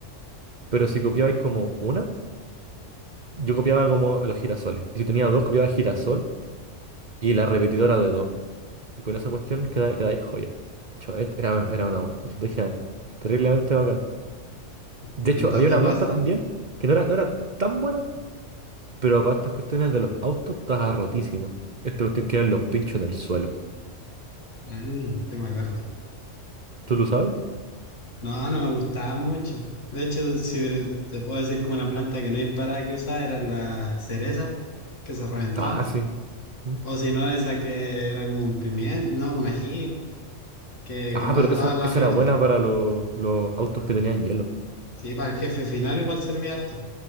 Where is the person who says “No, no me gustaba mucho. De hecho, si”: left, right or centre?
Left